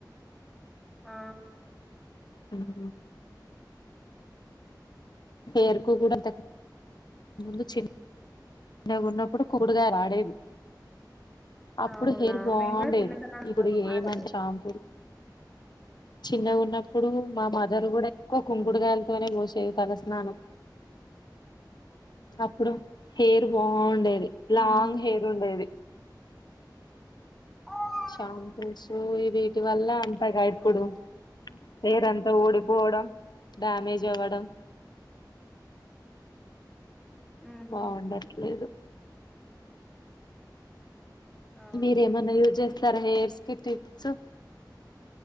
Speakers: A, in the centre; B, on the left (about 65°).
A: ఆ
B: మ్ హెర్ కు కూడా అంత ముందు చిన్న గున్నప్పుడు కుంకుడికాయ్ వాడేది అప్పుడు
A: అవునా
B: హెయిర్ బాగుండేది
A: మేము కూడా చిన్నతనంలో
B: ఇప్పుడు
A: వాడేది
B: ఏమం షాంపూలు
A: ఆ
B: చిన్నగున్నప్పుడు మా మదర్ కూడా ఎక్కువ కుంకుడుగాయలతోనే పోసేది తలస్నానం అప్పుడు హెయిర్ బాగుండేది లాంగ్
A: ఉహు
B: హెయిర్ ఉండేది
A: ఆహా
B: షాంపూస్ ఈ వీటి వల్ల అంతగా ఇప్పుడు
A: ఆ
B: హెయిర్ అంత ఉడిపోవడం డ్యామేజ్ జవడం
A: ఉహు
B: బాగుండట్లేదు
A: అవునా
B: మీరేమన్నా యూజ్ చేస్తారా హెయిర్ స్కి టిప్స్